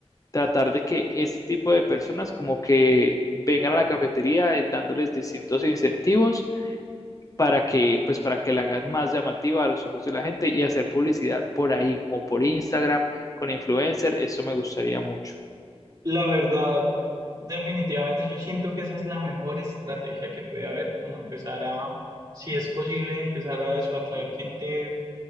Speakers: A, on the left (about 30°); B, on the right (about 35°).
A: tratar de que este tipo de personas como que vengan a la cafetería eh, dándoles distintos incentivos para que pues para que la hagan más llamativa a los ojos de la gente y hacer publicidad por ahí, como por Instagram, con influencer, eso me gustaría mucho.
B: La verdad, definitivamente yo siento que esa es la mejor estrategia que puede haber, como empezar a, si es posible, empezar a eso, atraer gente